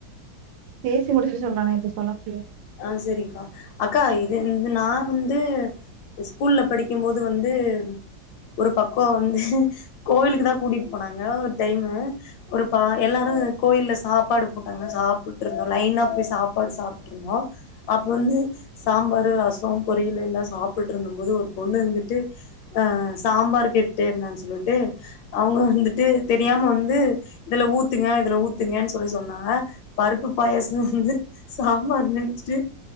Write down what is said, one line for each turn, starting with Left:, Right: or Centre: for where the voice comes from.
Right: பேசி முடிச்சிட்டு சொல்றனே இப்ப சொல்ல முடியாது
Left: ஆ செரிங்கா அக்கா இது இந்து நா வந்து ஸ்கூல்ல படிக்கும்போது வந்து ஒரு பக்கோ வந்து கோவிலுக்குதா கூட்டிட் போனாங்க ஒரு டைமு ஒரு பா எல்லாரு கோயில்ல சாப்பாடு போட்டாங்க சாப்புட்ருந்தோ லைனா போய் சாப்பாடு சாப்ட்ருந்தோ அப்ப வந்து சாம்பாரு ரசோ பொரியல் எல்லா சாப்பிட்ருந்தபோது ஒரு பொண்ணு இந்துட்டு அ சாம்பார் கேட்டுட்டே இருந்தான் சொல்லிட்டு அவுங்க வந்துட்டு தெரியாம வந்து இதுல ஊத்துங்க இதுல ஊ த்துங்கன் சொல்லி சொன்னாங்க பருப்பு பாயசோ வந்து சாம்பார் நெனச்சிட்டு